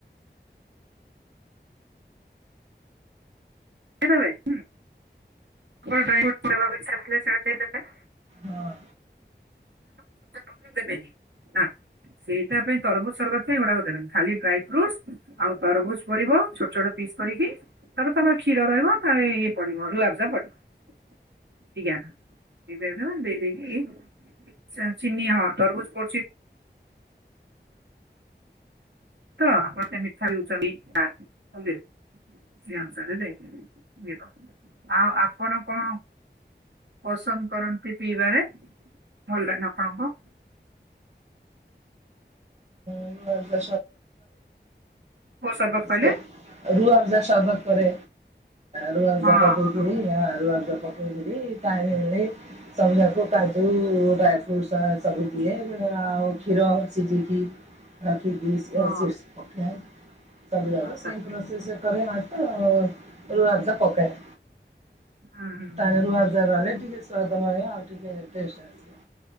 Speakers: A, on the right; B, on the right.
A: କେ ନବେ ହଁ। ଡ୍ରାଇ ଫ୍ର ପ୍ରଭାବ ସେ <unintelligible>
B: ହଁ
A: କବେ ବି ଦେବେନି ନା। ସେଇଟା ପାଇଁ ତରଭୁଜ ସରବତ ପାଇଁ ଏଗୁଡାକ ଦେବେନି ଖାଲି ଡ୍ରାଇ ଫ୍ରୁଟ୍ସ ଆଉ ତରଭୁଜ ପଡିବ ଛୋଟ ଛୋଟ ପି ବିଶେଷ କରିକି ତାପରେ ତମର କ୍ଷୀର ରହିବ ତା ଇଏ ପଡିବ ରୁଆବଜା ପଡିବ। <unintelligible> ଦେଇଦେଇକି <unintelligible> ଚିନନି ହଁ ତରଭୁଜ କରୁଛିିତ <inaudible> ତ ଆପଣ ସେ ମିଛାଳି ଉଛ <unintelligible> ନା ସେ ଅନୁସାରେ ଯାଇଥିଲି ବୁଝିଲ ଆଉ ଆପଣ କଣ ପସନ୍ଦ କରନ୍ତି ପିଇବାରେ ଭଲ ଲାଗେ ଆପଣଙ୍କୁ?
B: <inaudible>
A: କୋଉ ସରବତ କହିଲେ
B: ସେ ରୁଆବଜା ସର୍ବତ କରେ ରୁଆବଜା
A: ହଁ
B: <unintelligible> ଆଜା ପକାଥିଲି ତାହିରେ ହେଲେ ସବୁଯାକ ଆକୁ କାଜୁ ଡ୍ରାଏ ଫ୍ରୁଟ୍ସସ -ସବୁ ଦିଏ। <unintelligible> ଆଉ କ୍ଷୀର ସିଝେଇକି ରଖିକି ଚିଆ
A: ହଁ
B: ସିଡ୍ସ ପକାଏ ସବୁ ଯାକ
A: ଆଚ୍ଛା
B: ସେମ୍
A: ଆଚ୍ଛା
B: ପ୍ରୋସେସ୍ କରେ ମା ରୁ -ରୁଆବଜା ପକାଏ
A: ହୁଁ ହୁଁ
B: ତାହିରେ
A: ହୁଁ
B: ରୁଆବଜା ରହିଲେ ଟି ସାଧାମୟ ହେଲେ ଆଉ ଟିକେ ଟେଷ୍ଟ୍ ଆସିବ।